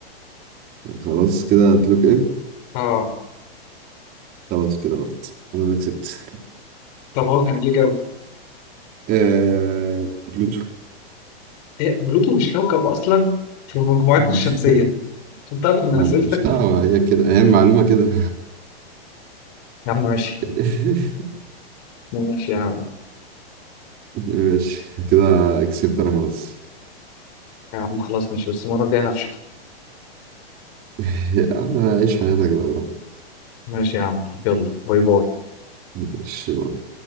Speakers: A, on the right; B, on the left.
A: خلاص كده هتلوك ان
B: آه
A: خلاص كده غلط أنا اللي كسبت
B: طب هو كان ليه جو؟
A: آه... بلوتو
B: إيه بلوتو مش كوكب أصلا في مجموعتنا
A: <laughs>
B: الشمسية، أنت تعرف من
A: معلش
B: أسئلتك؟
A: دعوة هي كده هي معلومة كده
B: يا عم ماشي
A: <laughs>
B: ماشي يا عم
A: ماشي كده كسبت أنا خلاص
B: يا عم خلاص ماشي بس المرة الجاية هفشخ
A: <laughs> يا عم عيش حياتك بقى براحتك
B: ماشي يا عم يلا باي باي
A: ماشي بقى.